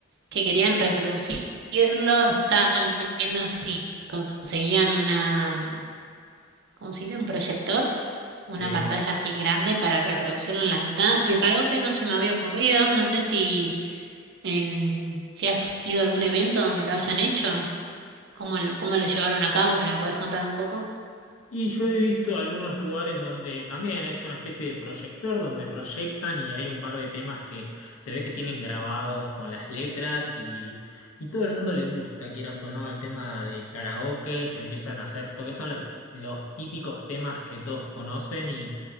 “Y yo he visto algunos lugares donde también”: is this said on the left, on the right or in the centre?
Left